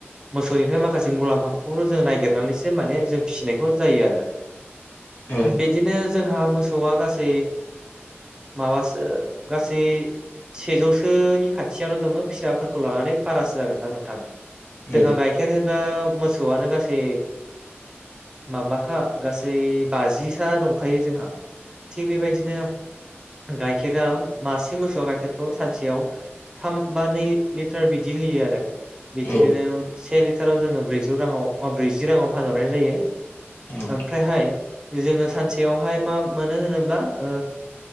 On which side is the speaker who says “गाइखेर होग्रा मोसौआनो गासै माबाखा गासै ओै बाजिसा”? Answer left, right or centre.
Right